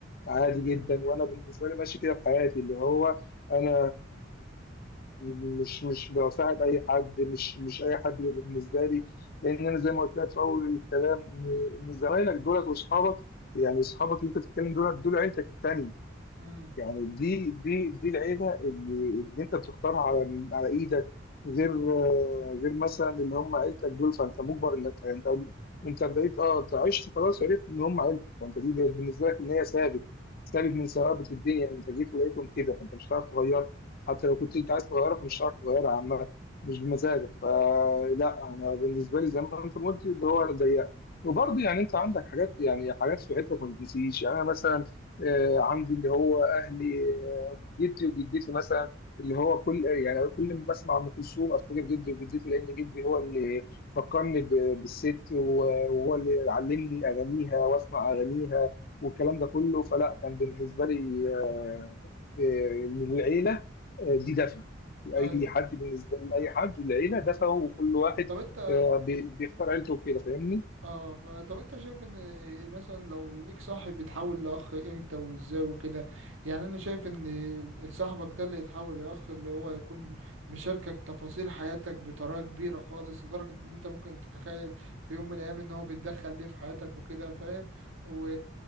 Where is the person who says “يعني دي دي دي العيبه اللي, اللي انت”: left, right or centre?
Left